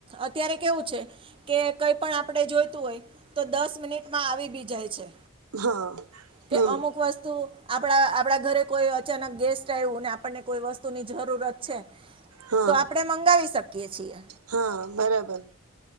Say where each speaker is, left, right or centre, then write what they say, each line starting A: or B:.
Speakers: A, on the right; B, on the right.
A: અત્યારે કેવું છે. કે કય પણ આપણે જોઈતું હોય તો મિનિટમાં આવી બી જાય છે.
B: હા
A: કે
B: હમ
A: અમુક વસ્તુ આપણા આપડા ઘરે કોઈ અચાનક ગેસ્ટ આયવુ ને આ કોઈ વસ્તુની જરૂરત છે,
B: હા
A: તો આપણે મંગાવી શકીયે છીએ.
B: હા બરાબર.